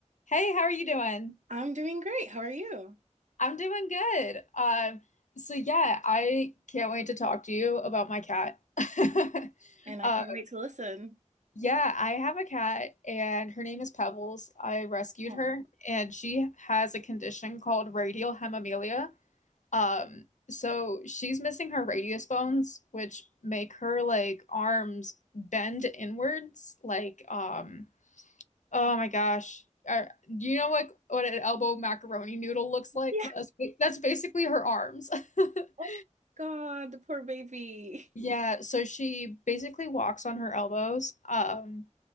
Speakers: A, on the left; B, on the right.
A: Hey, how are you doing?
B: I'm doing great. How are you?
A: I'm doing good. Um, so yeah, I can't wait to talk to you about my cat. <laughs>
B: And I
A: Uh,
B: can't wait to listen.
A: yeah, I have a cat and her name is Pebbles. I rescued
B: Oh,
A: her and she has a condition called radial hemimelia. Um, so she's missing her radius bones, which make her like arms bend inwards, like um Oh my gosh. Are- do you know like what an elbow macaroni noodle looks like?
B: Yeah.
A: That's ba- that's basically her arms. <laughs>
B: Oh God, the poor baby.
A: Yeah, so she basically walks on her elbows, um,